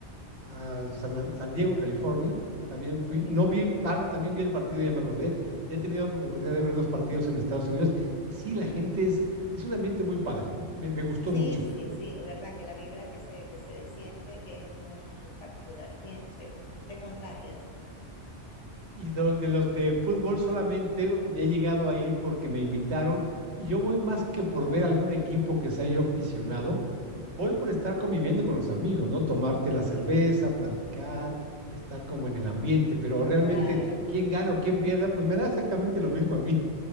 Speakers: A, on the right; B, on the left.
A: a San, San Diego, California. También fui,
B: Ok.
A: no vi, ah, no, también vi el partido, ya me acordé. Ya he tenido oportunidad de ver dos partidos en Estados Unidos y sí, la gente es, es un ambiente muy padre, me, me gustó
B: Sí,
A: mucho.
B: sí, sí, verdad que la vibra que se, que se siente es muy particular, es bien chévere. Te contagias.
A: Y de, de los de fútbol solamente ya he llegado a ir porque me invitaron y yo voy más que por ver algún equipo que sea yo aficionado, voy por estar conviviendo con los amigos, ¿no? Tomarte la cerveza, platicar, estar como en el ambiente, pero realmente
B: Claro.
A: quién gana o quién pierda, pues me da exactamente lo mismo a mí.